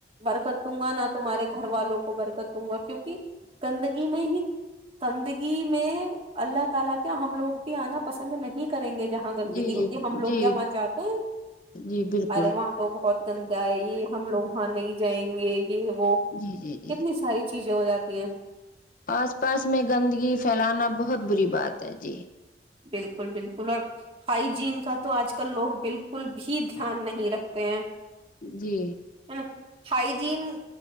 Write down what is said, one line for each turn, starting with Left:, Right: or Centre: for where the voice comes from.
Right: برکت دوں گا نہ تمہارے گھر والوں کو برکت دوں گا کیوںکہ کہ گند ہی گندگی میں اللہ تعالا کیا ہم لوگ بھی آنا پسند نہیں کریں گے جہاں
Left: جی
Right: گندگی ہوتی
Left: جی
Right: ہے ہم لوگ
Left: جی
Right: کیا وہاں جاتے ہیں
Left: جی بالکل
Right: ارے وہاں تو بہت گنندا ہے یہ ہم لوگ وہاں نہیں جائیں گے یہ وہ
Left: جی جی جی
Right: کتنی ساری چیز چیزیں ہو جاتی ہیں
Left: آس پاس میں گندگی پھیلانا بہت بری بات ہے جی
Right: بلکل بلکل اور ہائیجین کا تو آج کل لوگ بالکل بھی دھیان نہیں رکھتے ہیں
Left: جی
Right: ہے نا ہائیجین